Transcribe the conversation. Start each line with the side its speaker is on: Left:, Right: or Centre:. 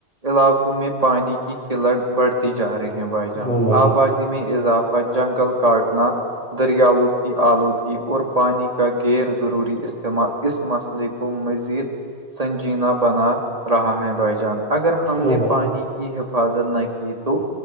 Right: علاقوں میں پانی کی قلت بڑھتی جا رہی ہے بھائی جان
Centre: ہاں بھائی
Right: آبادی میں اضافہ جنگل کاٹنا دریاؤوں کی آلودگی اور پانی کا غیر ضروری استعمال اس مسئلے کو مزید سنجینہ بنا رہا ہے بھائی جان اگر ہم
Centre: ہاں
Right: نے
Centre: بھائی
Right: پانی کی حفاظت نہ کی پی توو